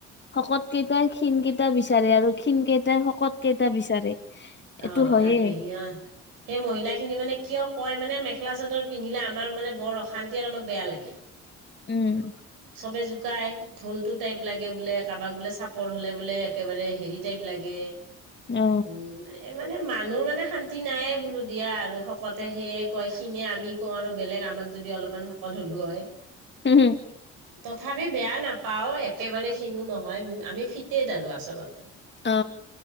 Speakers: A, on the left; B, on the right.
A: শকত কেইটাই ক্ষীণ কেইটা বি তাৰে আৰু ক্ষীণ কেইটা শকত কেইটা বিচাৰে। এইটো
B: অ,
A: হয়ে
B: তাকে সিহ সেই মহিলা খিনি মানে কিয় কয় মানে মেখেলা চাদৰ পিন্ধিলে আমাৰ মানে বৰ অশান্তি আৰু আমাক বেয়া লাগে।
A: উম,
B: চবে জোকাই ঢোলটো টাইব লাগে বোলে কাবাক বোলে চাপ চাপৰ হ'লে বোলে একেবাৰে হেৰি টাইপ লাগে।
A: অ
B: উম, এ মানে মানুহ মানে মানে শান্তি নায়ে বোলো দিয়া আৰু শকতে সেয়ে কয় ক্ষীণে আমি কওঁ আৰু বেলেগ আমাক যদি অলপমান শকত হলো হয়
A: উম, হম।
B: তথাপি বেয়া নাপাওঁ একেবাৰে খিনো নহয় আমি ফিটেড আৰু আচলতে।
A: অ,